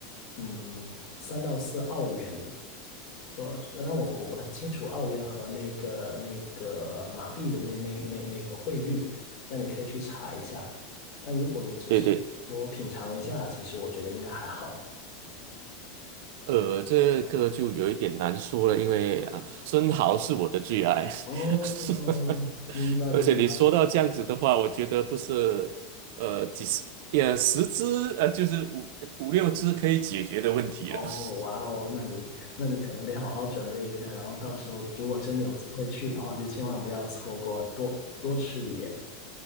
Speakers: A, on the left (about 60°); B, on the right (about 65°).
A: 嗯三到四澳元。说，那我我不太清楚澳元和那个那个马币的那那那那个汇率，但你可以去查一下。但如果你只是说品尝一下，
B: 对对。
A: 其实我觉得应该还好。
B: 呃，这个就有一点难说了，因为啊，生蚝是我的最爱，
A: 哦，
B: <laughs>
A: 明白明白。
B: 而且你说到这样子的话，我觉得不是呃几十呃十只呃就是五五六只可以解决的问题了。
A: 哦，
B: <laughs>
A: 哇哦，那你那你可能得好好准备一下，然后到时候如果真的有机会去的话，就千万不要错过，多多吃一点。